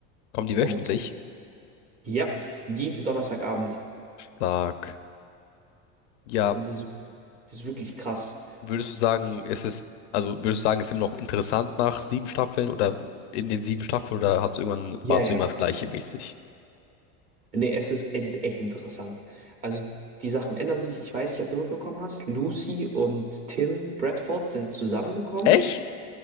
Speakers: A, on the left; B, on the right.
A: Kommen die wöchentlich?
B: Und ja, jeden Donnerstagabend.
A: Sag. Ja,
B: Das ist, das ist wirklich krass.
A: Würdest du sagen, ist es, also würdest du sagen, ist immer noch interessant nach sieben Staffeln oder in den sieben Staffeln oder hat's irgendwann,
B: Ja,
A: warst
B: ja.
A: du immer das gleiche mäßig?
B: Nee, es ist, es ist echt interessant. Also die Sachen ändern sich. Ich weiß nicht, ob du mitbekommen hast. Lucy und Tim Bradford sind zusammengekommen.
A: Echt?